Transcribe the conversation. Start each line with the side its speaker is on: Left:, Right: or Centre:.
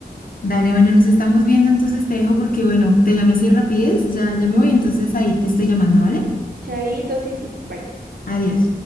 Left: dale, bueno, nos estamos viendo, entonces te dejo porque, bueno, te llamé así rapidez, ya, ya me voy, entonces ahí te estoy llamando, ¿vale?
Right: Chaito, sí, sí. Bye.
Left: Adiós.